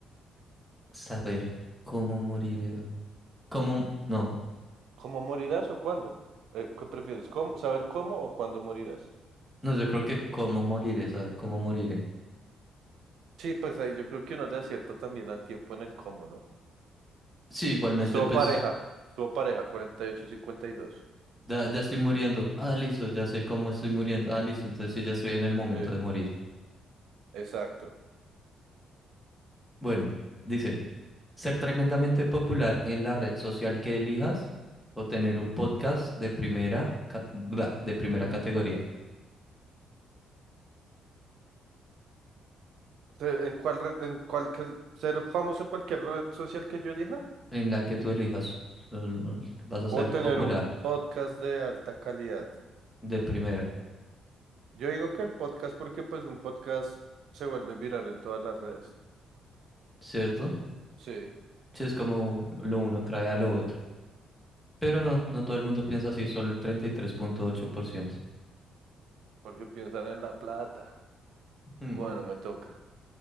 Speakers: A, in the centre; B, on the right (about 75°).
A: Saber cómo moriré. Cómo... No,
B: ¿Cómo morirás o cuándo? Eh, ¿qué prefieres? ¿Cómo, saber cómo o cuándo morirás?
A: no, yo creo que cómo moriré, saber cómo moriré.
B: Sí, pues ahí yo creo que uno le acierta también al tiempo en el cómo, ¿no?
A: Sí, igualmente,
B: Estuvo
A: pues...
B: pareja, estuvo pareja, cuarenta y ocho cincuenta y dos.
A: Ya, ya estoy muriendo. Ah, listo, ya sé cómo estoy muriendo. Ah, listo, entonces sí, ya estoy en el momento
B: Sí,
A: de morir.
B: exacto.
A: Bueno, dice, ser tremendamente popular en la red social que elijas o tener un podcast de primera, ca- bla, de primera categoría
B: Se- ¿En cuál red, en cuál, ser famoso en cualquier red social que yo elija?
A: en la que tú elijas. Lo- lo- Vas a ser
B: ¿O tener
A: popular
B: un podcast de alta calidad?
A: de primera,
B: Yo digo que el podcast porque pues un podcast se vuelve viral en todas las redes.
A: ¿cierto?
B: Sí,
A: Sí, es como lo uno trae a lo otro. Pero no, no todo el mundo piensa así, solo el 33.8%.
B: porque piensan en la plata.
A: Hmm.
B: Bueno, me toca.